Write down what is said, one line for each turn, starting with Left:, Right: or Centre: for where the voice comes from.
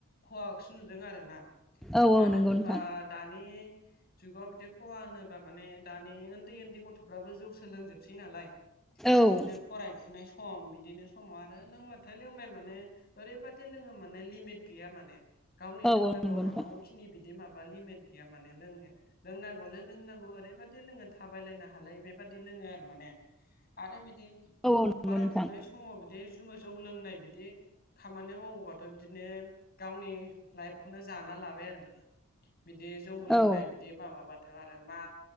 Left: खहाखौसो नुदों आरो ना
Centre: औ औ
Left: मानो
Centre: नंगौ
Left: होनोबा
Centre: नोंथां
Left: दानि जुगाव बिदि खहा होनोब्ला माने दानि उन्दै उन्दै गथ'फ्राबो जौ सोलोंजोबसै नालाय
Centre: औ
Left: बिदिनो फरायफुनाय सम बिदिनो समाव आरो लोंबाथाय लोंबाय माने ओरैबादि लोङो माने लिमिट गैया माने गावनि
Centre: औ
Left: लोंनांगौ
Centre: औ नंगौ
Left: हानांगौखिनि
Centre: नोंथां
Left: बिदि माबा लिमिट गैया माने लोंनाया लोंनांगौलै लोंनांगौ ओरैबायदि लोङो थाबायलायनो हालायै बेबादि लोङो आरो माने आरो बिदि
Centre: औ औ नंगौ
Left: फरायफुनाय
Centre: नोंथां
Left: समाव बिदि जुमाय जौ लोंनाय बिदि खामानि मावोबाथ बिदिनो गावनि लाइफखौनो जाना लाबाय आरो माने बिदि जौ लोंनाय
Centre: औ
Left: बिदि माबाबाथ आरो मा